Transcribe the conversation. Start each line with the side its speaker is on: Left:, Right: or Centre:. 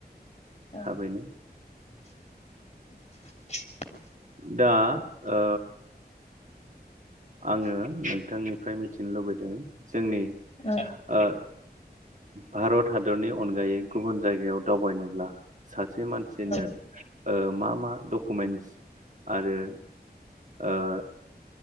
Left: औ
Right: थाबैनो।
Left: <inaudible>
Right: दा। ओ। आङो नोंथांनिफ्राय मिथिनो लुबैदों। जोंनि
Left: औ
Right: ओ। भारत। हादरनि अनगायै गुबुन। जायगायाव दावबायनोब्ला सा से मानसिनो
Left: औ
Right: ओ मा मा डकुमेन्स आरो ओ